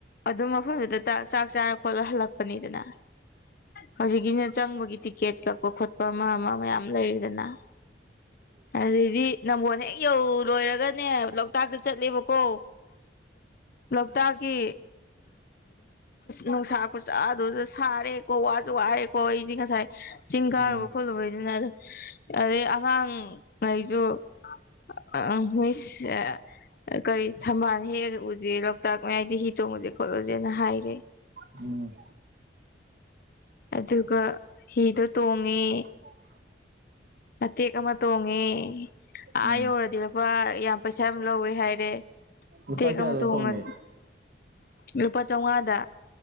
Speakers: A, on the left; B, on the right.
A: ꯑꯗꯨꯝ ꯃꯐꯝꯗꯨꯗ ꯆꯥꯛ ꯆꯥꯔ ꯈꯣꯠꯂ ꯍꯜꯂꯛꯄꯅꯤꯗꯅ ꯍꯧꯖꯤꯛꯀꯤꯅ ꯆꯪꯕꯒꯤ ꯇꯤꯛꯀꯦꯠ ꯀꯛꯄ ꯈꯣꯠꯄ ꯑꯃ ꯑꯃ ꯃꯌꯥꯝ ꯂꯩꯔꯤꯗꯅ ꯑꯗꯨꯗꯤ ꯅꯝꯕꯣꯟ ꯍꯦꯛ ꯌꯧ ꯂꯣꯏꯔꯒꯅꯦ ꯂꯣꯛꯇꯥꯛꯇ ꯆꯠꯂꯦꯕꯀꯣ ꯂꯣꯛꯇꯥꯛꯀꯤ ꯅꯨꯡꯁꯥ ꯈꯨꯁꯥ ꯑꯗꯨꯗ ꯁꯥꯔꯦ ꯀꯣ ꯋꯥꯁꯨ ꯋꯥꯔꯦꯀꯣ ꯑꯩꯗꯤ ꯉꯁꯥꯏ ꯆꯤꯡ
B: ꯎꯝ
A: ꯀꯥꯔꯨꯕ ꯈꯣꯠꯂꯨꯕꯩꯗꯨꯅ ꯑꯗꯨ ꯑꯗꯩ ꯑꯉꯥꯡ ꯉꯩꯖꯨ <unintelligible> ꯀꯔꯤ ꯊꯝꯕꯥꯜ ꯍꯦꯛꯑꯒ <unintelligible> ꯗꯤ ꯍꯤ ꯇꯣꯡꯉꯨꯖꯦ ꯈꯣꯠꯂꯨꯖꯦꯅ ꯍꯥꯏꯔꯦ
B: ꯎꯝ
A: ꯑꯗꯨꯒ ꯍꯤꯗꯣ ꯇꯣꯡꯉꯦ
B: <inaudible>
A: ꯃꯠꯇꯦ ꯑꯃ ꯇꯣꯡꯉꯦ
B: ꯎꯝ
A: ꯑꯥ ꯌꯧꯔꯗꯤ ꯂꯨꯄꯥ ꯌꯥꯝ ꯄꯩꯁꯥ ꯌꯥꯝ ꯂꯧꯋꯦ ꯍꯥꯏꯔꯦ
B: ꯂꯨꯄꯥ
A: ꯇꯦꯛ
B: ꯀꯌꯥꯗ
A: ꯑꯃ ꯇꯣꯡꯉ
B: ꯇꯣꯡꯉꯦ
A: ꯂꯨꯄꯥ ꯆꯧꯉꯥꯗ